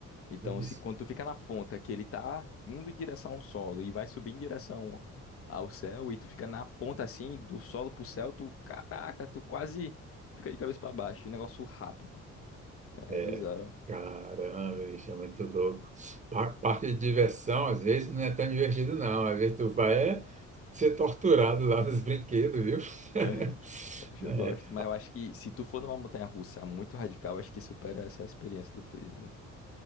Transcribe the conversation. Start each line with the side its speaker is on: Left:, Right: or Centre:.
Left: Então,
Right: Isso.
Left: se quando tu fica na ponta que ele tá indo em direção ao solo e vai subir em direção ao céu, e tu fica na ponta assim, do solo pro céu, tu, caraca, tu quase fica de cabeça pra baixo. de Negócio rápido. É
Right: É,
Left: bizarro.
Right: caramba, isso é muito louco. Pa- Parque de diversão, às vezes, não é tão divertido, não. Às vezes tu vai é ser torturado lá nos brinquedos, viu? <laughs>
Left: <laughs> Hoje
Right: É,
Left: eu gosto, mas eu acho que se tu for numa montanha russa muito radical, acho que supera essa experiência do frisbee. viu?